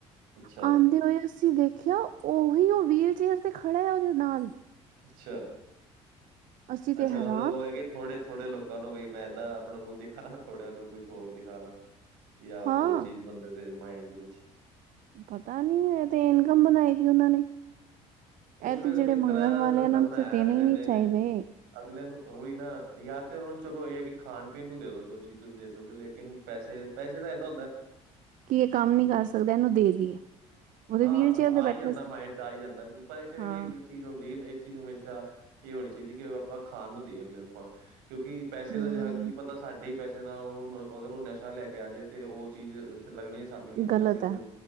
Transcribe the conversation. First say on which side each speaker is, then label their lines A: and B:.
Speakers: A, on the right (about 80°); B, on the right (about 60°).
A: ਅੱਛਾ,
B: ਆਂਦੇ ਹੋਏ ਤੁਸੀਂ ਦੇਖਿਆ ਉਹੀ ਉਹ ਵੀਲ ਚੇਅਰ ਤੇ ਖੜਾ ਹੈ ਉਹਦੇ ਨਾਲ।
A: ਅੱਛਾ,
B: ਅਸੀਂ ਤੇ
A: ਅੱਛਾ
B: ਹੈਰਾਨ
A: ਮਤਲਬ ਉਹ ਹੈ ਕਿ ਥੋੜੇ-ਥੋੜੇ ਲੋਕਾਂ ਨੂੰ ਵੀ ਮੈਂ ਏਦਾਂ ਆਪਣਾ ਰੂਪ ਦਿਖਾ ਦਾਂ ਥੋੜਿਆਂ ਨੂੰ ਕੁਛ ਹੋਰ ਦਿਖਾ ਦਾਂ। ਯਾ
B: ਹਾਂ
A: ਹੋਰ ਚੀਜ਼ ਬੰਦੇ ਦੇ ਮਾਇੰਡ ਨੂੰ ਕੁੱਛ
B: ਪਤਾ ਨੀ ਇਹ ਤੇ ਇਨਕਮ ਬਣਾਈ ਦੀ ਉਹਨਾਂ ਨੇ
A: ਉਹ ਫਿਰ
B: ਇਹ ਤੇ ਜਿਹੜੇ
A: ਇੱਕ ਤਰ੍ਹਾਂ
B: ਮੰਗਣ ਵਾਲੇ
A: ਧੰਦਾ
B: ਐਹਨਾਂ
A: ਬਣਾਇਆ
B: ਨੂੰ ਤੇ ਦੇਣੇ
A: ਅਗਲੇ
B: ਹੀ ਨੀ
A: ਨੇ
B: ਚਾਹੀਦੇ।
A: ਅਗਲੇ ਨੂੰ ਓਹੀ ਨਾ ਯਾ ਤੇ ਉਹਨਾਂ ਨੂੰ ਚਲੋ ਇਹ ਹੈ ਕਿ ਖਾਣ ਪੀਣ ਨੂੰ ਦੇ ਦੋ ਜੋ ਚੀਜ਼ ਤੁਸੀਂ ਦੇ ਸਕਦੇ ਹੋ ਲੇਕਿਨ ਪੈਸੇ-ਪੈਸੇ ਤਾਂ ਏਦਾਂ ਹੁੰਦਾ
B: ਕੀ ਇਹ ਕੰਮ ਨਹੀਂ ਕਰ ਸਕਦਾ ਇਹਨੂੰ ਦੇ ਦੀਏ। ਉਹਦੇ
A: ਹਾਂ
B: ਵੀਲ
A: ਉਹ
B: ਚੇਅਰ ਤੇ
A: ਆ
B: ਬੈਠਾ
A: ਈ ਜਾਂਦਾ
B: ਸੀ
A: ਮਾਇੰਡ ਚ ਆ ਈ ਜਾਂਦਾ ਪਰ ਫਿਰ
B: ਹਾਂ
A: ਵੀ ਏਕ ਚੀਜ਼ ਹੁੰਦੀ ਇੱਕ ਚੀਜ਼ ਹਮੇਸ਼ਾ ਇਹ ਹੋਣੀ ਚਾਹੀਦੀ ਕਿ ਆਪਾਂ ਖਾਣ ਨੂੰ ਦਈਏ ਅਗਲੇ ਨੂੰ ਪਾਨ ਕਿਉਂਕਿ ਪੈਸੇ
B: ਹਮ
A: ਦਾ ਜਿ ਕੀ ਪਤਾ ਸਾਡੇ ਹੀ ਪੈਸੇ ਨਾਲ ਉਹ ਓਦਰੋ ਨਸ਼ਾ ਲੈ ਕੇ ਆ ਜੇ। ਤੇ ਉਹ ਚੀਜ਼ ਲੱਗਣੀ ਏ ਸਾਨੂੰ ਕੀ ਬਈ
B: ਗ਼ਲਤ
A: ਅਸੀਂ ਉਹਨੂੰ
B: ਹੈ